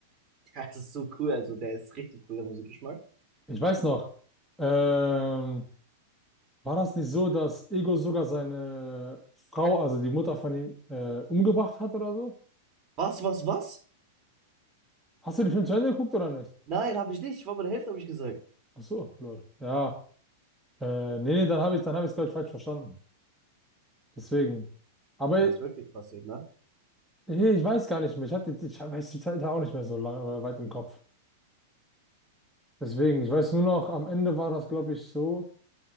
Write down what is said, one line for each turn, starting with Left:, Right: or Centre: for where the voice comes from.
Right: <laughs> das ist so cool. Also der ist richtig cool, der Musikgeschmack.
Centre: Ich weiß noch, ähm, war das nicht so, dass Ego sogar seine Frau, also die Mutter von ihm, äh, umgebracht hat oder so?
Right: Was, was, was?
Centre: Hast du den Film zu Ende geguckt oder nicht?
Right: Nein, habe ich nicht. Ich war bei der Hälfte, habe ich gesagt.
Centre: Ach so, lol. Ja, äh, nee, nee, dann habe ich, dann habe ich es, glaube ich, falsch verstanden. Deswegen. Aber
Right: Und Das ist wirklich passiert, ne?
Centre: hier, ich weiß gar nicht mehr. Ich hatte, ich weiß die Zeit da auch nicht mehr so lange, weit im Kopf. Deswegen, ich weiß nur noch, am Ende war das, glaube ich, so.